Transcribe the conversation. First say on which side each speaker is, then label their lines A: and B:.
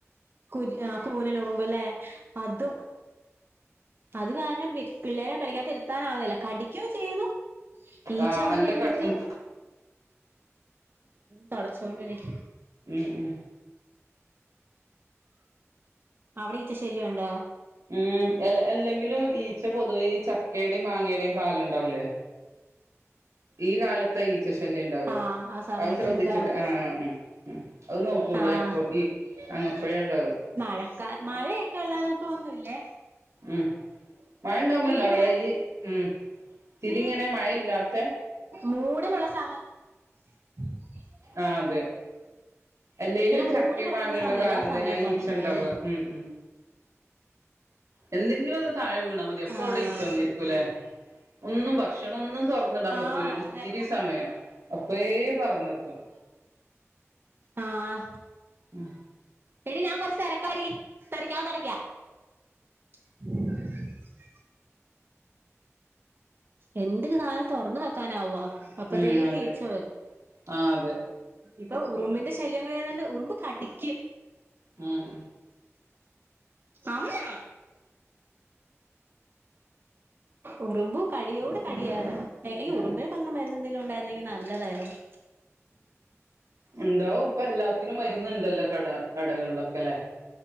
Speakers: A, on the right; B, on the right.
A: കു ആഹ് കൂനന ഉറുമ്പല്ലേ അതും അത് കാരണം പി പിള്ളേരെ പരിക്കത്ത് എരുത്താനാവുന്നില്ല കടിക്കോ ചെയ്യുന്നു ഈച്ച
B: ആഹ്
A: വന്നിരുന്നിട്ട്
B: നല്ല കടുപ്പം
A: തോടച്ചൊണ്ടിരിക്ക
B: ഉം ഉം
A: അവിടെ ഈറ്റശല്യണ്ടോ
B: ഉം എല്ലെങ്കിലും ഈച്ച പൊതുവേ ഈ ചക്കയുടെയും മാങ്ങയുടെേയും കാലുണ്ടാവൂലേ ഈ കാലത്ത് ഈച്ച ശല്യ ഉണ്ടാവുക
A: ആഹ് ആ സമയത്ത്
B: അത് ശ്രദ്ധിച്ചിട്ട്
A: ഇണ്ടാവും
B: ആഹ് ആഹ് ആഹ് അത് നോക്കണ്ടോ
A: ആഹ്
B: എപ്പ ഈ അങ്ങപ്പോഴേണ്ടത്
A: മഴക്കാ മഴയൊക്കെ ഉള്ളന്ന പോ ഒന്നല്ലേ
B: ഉം മഴ ഉണ്ടാവുമ്പോ
A: വീഴുവേ
B: ഉണ്ടാവൂല ഈ ഉം തിരിങ്ങനെ
A: വീഴും
B: മഴ ഇല്ലാത്ത
A: മൂടലുള്ള സമയ <unintelligible>
B: ആഹ് അതെ എല്ലെലും
A: ഇങ്ങനെ മൂടി
B: ചക്കിം
A: കിടക്കുന്ന
B: മാങ്ങിയുള്ള
A: സമയല്ലേ
B: കാലം
A: ആ സമയത്താണ്
B: തന്നെ ആഹ് ഈച്ച
A: ഇണ്ടാവല്
B: ഉണ്ടാവുക ഉം ഉം എന്തെങ്കിലും ഒന്ന് താഴെ വീണാൽ മതി എപ്പൊ
A: ആഹ്
B: അവിടെ ഈച്ച വന്നിരിക്കൂല്ലെ ഒന്നും ഭക്ഷണ ഒന്നും തുറന്നിടാൻ
A: ആഹ്
B: പറ്റൂല ഒരിത്തിരിരി
A: അതെ
B: സമയം അപ്പേ പറന്നെത്തും
A: ആഹ്
B: ഉം
A: എടി ഞാൻ കുറച്ച് തിരക്കാടി തിരക്കാവൻ തുടക്കാ <inaudible> എന്തൊക്ക സാനം തുറന്ന് വെക്കാനാവുവാ അപ്പത്തേക്ക്
B: ഉം അതെ
A: ഈച്ച വരും
B: ആ അതെ
A: ഇപ്പൊ ഉറുമ്പിന്റെ ശല്യങ്ങഏതണ്ട് ഉറുമ്പ് കടിക്കും
B: ഉം
A: അമ്മ ഉറുമ്പു കടിയോട് കടിയ ഈ
B: ആ
A: ഉറുമ്പിനന് കൊല്ല മരുന്ന എന്തെങ്കലും ഉണ്ടായിരുന്നെങ്കി നല്ലതായിരുന്നു
B: ഉണ്ടാവും ഇപ്പ എല്ലാത്തിനും മരുന്നുണ്ടല്ലോ കട കടകളിലൊക്കെ അല്ലേ